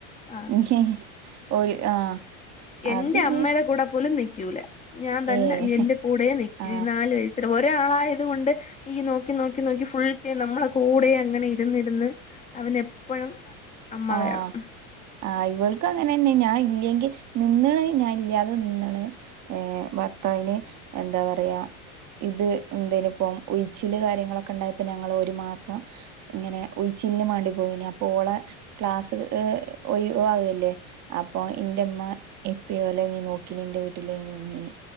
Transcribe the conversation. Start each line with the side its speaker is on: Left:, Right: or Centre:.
Left: ആ
Right: ഹി ഹി ഓൽ ആഹ്
Left: എന്റെ
Right: അത്
Left: അമ്മേടെ
Right: നീ
Left: കൂടെ പോലും നിക്യൂല. ഞാൻ തന്നെ.
Right: ഏഹ്
Left: എന്റെ കൂടെ നിക്യൂ.
Right: ആ
Left: ഈ നാല് വയസ്.. ശെരി ഒരാളായത് കൊണ്ട്.. ഈ നോക്കി നോക്കി നോക്കി ഫുൾ ടെം. നമ്മളെ കൂടെയങ്ങനെ. ഇര് ന്ന് ര് ന്ന്.. അവനെപ്പൊഴും അമ്മ
Right: ആഹ്
Left: വേണം..
Right: ആഹ് ഇവൾക് അങ്ങനെന്നെ. ഞാഇല്ലെങ്കി നിന്ന്ണെ ഞാ ഇല്ല്യതെ നിന്ന്ണ്.. ഏഹ്. ഭർത്താവിന് എന്താ പറയാ.. ഇത് എന്തേനിപ്പൊ. ഉയിച്ചില് കാര്യങ്ങളൊക്കെണ്ടായപ്പോ ഞങ്ങളൊരു മാസം ഇങ്ങനെ ഉയിച്ചിലിന് മാണ്ടി പോയീനി. അപ്പൊ ഓളെ.. ക്ലാസ് ഏഹ് ഒയിവാവ് ല്ലേ. അപ്പൊ ന്റെ മ്മ ഇപ്പി ഓലെനി നോക് ക്കിനി ന്റെ വീട്ടിലെ നിന്നിനി.